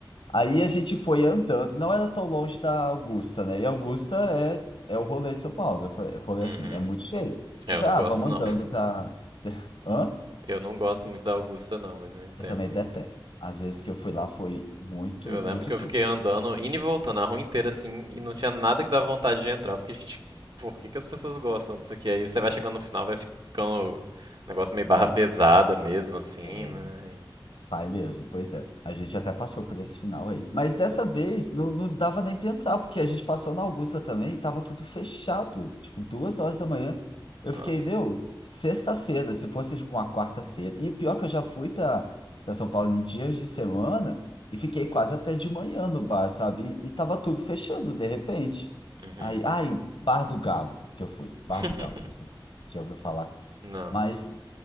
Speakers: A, on the left; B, on the right.
A: Aí a gente foi andando, não era tão longe da Augusta, né? E Augusta é, é o rolê de São Paulo. Eu falei, rolê
B: Uhum.
A: assim, é muito cheio.
B: É,
A: Eu
B: eu
A: falei,
B: não gosto
A: ah, vamos
B: não.
A: andando pra. <laughs> Hã?
B: Eu não gosto muito da Augusta, não, mas eu entendo.
A: Eu também detesto. Às vezes que eu fui lá foi muito,
B: Eu lembro
A: muito
B: que eu
A: tudo.
B: fiquei andando, indo e voltando a rua inteira, assim, e não tinha nada que dava vontade de entrar. Porque, gente, por que que as pessoas gostam disso aqui? Aí você vai chegando no final, vai fi- ficando um negócio meio barra
A: Pior.
B: pesada mesmo, assim,
A: É,
B: né?
A: Pai mesmo, pois é. A gente até passou por esse final aí. Mas dessa vez não, não dava nem pensar, porque a gente passou na Augusta também e tava tudo fechado. Tipo, duas horas da manhã. Eu
B: E-
A: fiquei,
B: Nossa.
A: meu, sexta-feira, se fosse tipo uma quarta-feira. E o pior é que eu já fui pra, pra São Paulo em dias de semana e fiquei quase até de manhã no bar, sabe? E, e tava tudo fechando de repente.
B: Uhum.
A: Aí, ai, o Bar do Galo que eu fui. Bar
B: <laughs>
A: do Galo, não sei se você já ouviu falar.
B: Não.
A: Mas